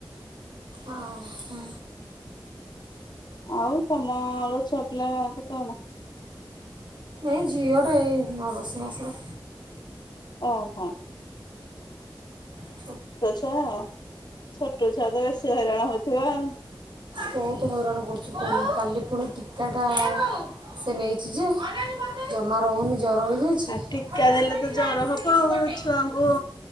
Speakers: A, on the right; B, on the left.
A: ଆ ହଁ।
B: ଆଉ ତମର ଛୁଆ ପିଲା କେତେ କଣ?
A: ଏଇ ଝିଅଟେ ଏଇ ନଅ ଦଶ ମାସର।
B: ଓ ହୋ।
A: <unintelligible>
B: ଛୁଆ ଆଉ। ଛୋଟ ଛୁଆ ତ ବେଶୀ ହଇରାଣ ହଉଥିବ ଆଉ।
A: ବହୁତ ହଇରାଣ କରୁଛି। କାଲି ପୁଣି ଟୀକାଟା ସେ ନେଇଛି ଯେ ଜମା ରହୁନି। ଜ୍ୱର ହେଇଯାଇଛି ଖାଲି
B: ଆ ଟୀକା ଦେଲେ ତ ଜର ହବ ଆଉ। ଛୁଆଙ୍କୁ